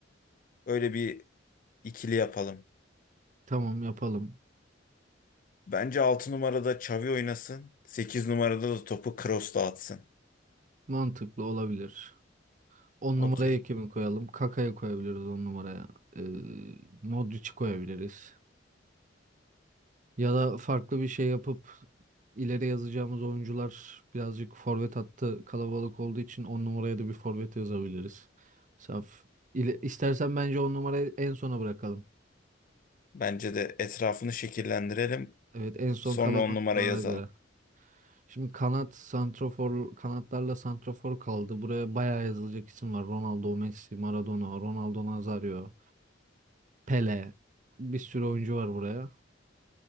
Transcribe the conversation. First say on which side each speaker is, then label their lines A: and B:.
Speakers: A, on the left; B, on the right.
A: Öyle bir ikili yapalım.
B: Tamam yapalım.
A: Bence 6 numarada Xavi oynasın. 8 numarada da topu Kroos dağıtsın.
B: Mantıklı olabilir. On
A: Okey.
B: numaraya kimi koyalım? Kaka'yı koyabiliriz 10 numaraya. Ee, Modric'i koyabiliriz. Ya da farklı bir şey yapıp ileri yazacağımız oyuncular birazcık forvet hattı kalabalık olduğu için 10 numaraya da bir forvet yazabiliriz. Saf. İle- İstersen bence 10 numarayı en sona bırakalım.
A: Bence de etrafını şekillendirelim.
B: Evet en son
A: Sonra
B: kalan
A: on
B: oyunculara
A: numara yazalım.
B: göre. Şimdi kanat santrofor kanatlarla santrofor kaldı. Buraya bayağı yazılacak isim var. Ronaldo, Messi, Maradona, Ronaldo Nazario, Pele. Bir sürü oyuncu var buraya.